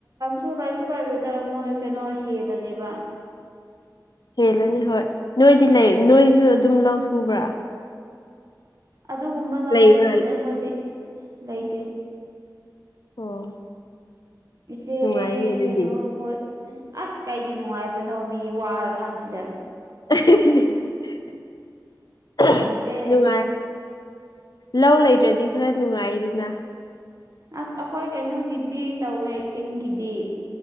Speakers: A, on the right; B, on the left.
A: ꯁꯨ ꯂꯥꯏꯁꯨ ꯂꯥꯏꯔꯣꯏꯗ ꯃꯣꯏ ꯀꯩꯅꯣ ꯍꯦꯜꯂꯅꯦꯕ
B: ꯍꯦꯜꯂꯅꯤ ꯍꯣꯏ ꯅꯣꯏꯗꯤ ꯂꯩ ꯅꯣꯏꯁꯨ ꯑꯗꯨꯝ ꯂꯧ ꯁꯨꯕ꯭ꯔꯥ
A: ꯑꯗꯨꯒꯨꯝꯕ ꯂꯧꯗ
B: ꯂꯩꯕ꯭ꯔꯥ
A: ꯁꯨꯗꯤ ꯑꯩꯈꯣꯏꯗꯤ ꯂꯩꯇꯦ
B: ꯑꯣ
A: ꯏꯆꯦ
B: ꯅꯨꯡꯉꯥꯏꯅꯦ ꯑꯗꯨꯗꯤ
A: ꯀꯩꯗꯣ ꯍꯣꯏ ꯑꯁ ꯀꯩꯒꯤ ꯅꯨꯡꯉꯥꯏꯕꯅꯣ ꯃꯤ ꯋꯥꯔ ꯀꯥꯟꯁꯤꯗ
B: <unintelligible>
A: ꯅꯨꯡꯉꯥꯏꯇꯦ
B: ꯅꯨꯡꯉꯥꯏ ꯂꯧ ꯂꯩꯗ꯭ꯔꯗꯤ ꯈꯔ ꯅꯨꯡꯉꯥꯏꯗꯅ
A: ꯑꯁ ꯑꯩꯈꯣꯏ ꯀꯩꯅꯣꯒꯤꯗꯤ ꯇꯧꯋꯦ ꯆꯤꯡꯒꯤꯗꯤ